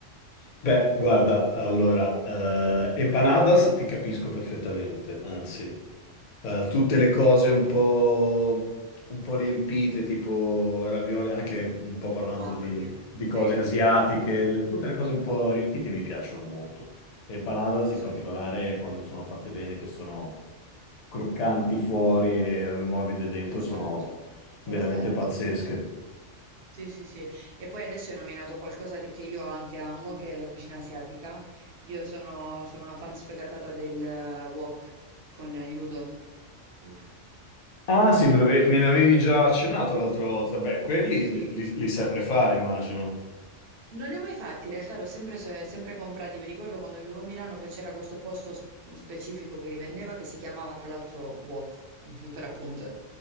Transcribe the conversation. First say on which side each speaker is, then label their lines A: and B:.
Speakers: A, on the left; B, on the right.
A: Beh, guarda, allora, eh, empanadas ti capisco perfettamente, anzi, eh, tutte le cose un po', un po' riempite, tipo ravioli, anche un po' parlando
B: mamma
A: di,
B: mia,
A: di
B: vero.
A: cose asiatiche, le- tutte le cose un po' riempite mi piacciono molto. Le empanadas
B: Sì,
A: in particolare, quando sono fatte bene, che sono croccanti fuori e morbide dentro,
B: esatto,
A: sono
B: esatto.
A: veramente pazzesche.
B: Sì, sì, sì. E poi adesso hai nominato qualcosa di- che io anche amo, che è la cucina asiatica. Io sono, sono una fan sfegatata del eh, wok con gli udon. Uff,
A: Ah,
B: che
A: sì,
B: buono.
A: me l'ave- me ne avevi già accennato l'altra volta. Beh, quelli
B: Sì,
A: li, li- li sai prefare, immagino.
B: non li ho mai fatti, in realtà li ho sempre, se- sempre comprati. Mi ricordo quando vivevo a Milano che c'era questo posto sp- specifico che li vendeva, che si chiamava tra l'altro Wok, <laughs> per appunto.